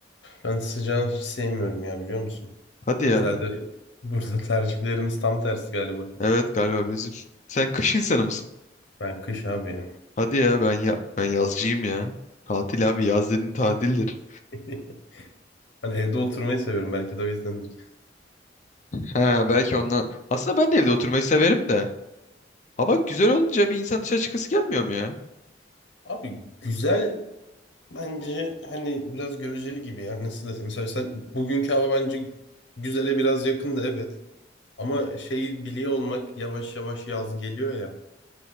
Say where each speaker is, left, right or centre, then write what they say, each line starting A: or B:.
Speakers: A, on the left; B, on the left.
A: ben sıcağı hiç sevmiyorum ya biliyor musun?
B: Hadi ya.
A: Herhalde burada tercihlerimiz tam tersi galiba.
B: Evet galiba bizim. Sen kış insanı mısın?
A: Ben kış abi ya.
B: Hadi ya ben ya ben yazcıyım ya. Tatil abi yaz dediğin tatildir.
A: <laughs> Hani evde oturmayı seviyorum belki de o yüzdendir.
B: Ha belki ondan. Aslında ben de evde oturmayı severim de. Hava güzel olunca bir insan dışarı çıkası gelmiyor mu ya?
A: Abi güzel bence hani biraz göreceli gibi ya nasıl desem. Mesela sen- bugünkü hava bence güzele biraz yakındı evet. Ama şeyi biliyor olmak yavaş yavaş yaz geliyor ya.